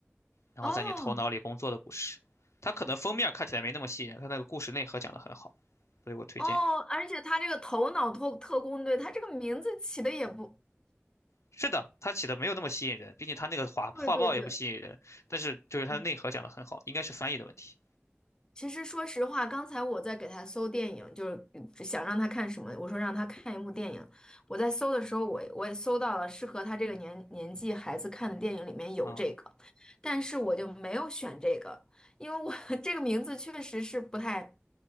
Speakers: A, on the left; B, on the left.
A: 然后在你头脑里工作的故事。
B: 哦
A: 它可能封面看起来没那么吸引人，它那个故事内核讲得很好，所以我推荐。
B: 哦，而且他这个头脑特特工队，他这个名字起的也不
A: 是的，它起的没有那么吸引人，毕竟它那个画画报也不吸引人，
B: 对，对对。
A: 但是就是它的内核讲得很好，
B: 嗯。
A: 应该是翻译的问题
B: 其实说实话，刚才我在给他搜电影，就是嗯想让他看什么，我说让他看一部电影。我在搜的时候，我我也搜到了适合他这个年年纪孩子看的电影，里面有这个，
A: 啊。
B: 但是我就没有选这个，因为我 <laughs> 这个名字确实是不太，